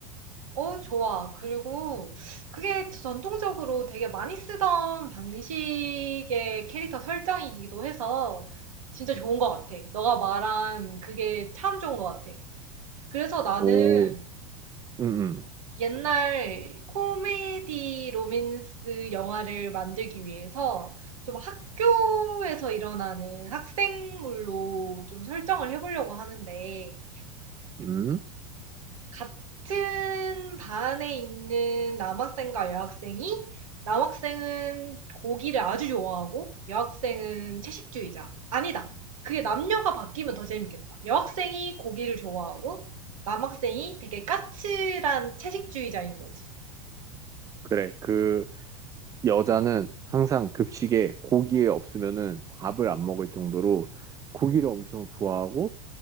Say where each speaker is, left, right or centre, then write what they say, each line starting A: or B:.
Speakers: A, on the right; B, on the right.
A: 어, 좋아. 그리고 그게 전통적으로 되게 많이 쓰던 방식의 캐릭터 설정이기도 해서 진짜 좋은 것 같아. 너가 말한 그게 참 좋은 것 같아. 그래서 나는
B: 오, 응, 응.
A: 옛날 코미디 로맨스 영화를 만들기 위해서 좀 학교에서 일어나는 학생물로 좀 설정을 해 보려고 하는데
B: 응
A: 같은 반에 있는 남학생과 여학생이 남학생은 고기를 아주 좋아하고 여학생은 채식주의자. 아니다. 그게 남녀가 바뀌면 더 재밌겠다. 여학생이 고기를 좋아하고 남학생이 되게 까칠한 채식주의자인 거지.
B: 그래. 그 여자는 항상 급식에 고기에 없으면은 밥을 안 먹을 정도로 고기를 엄청 좋아하고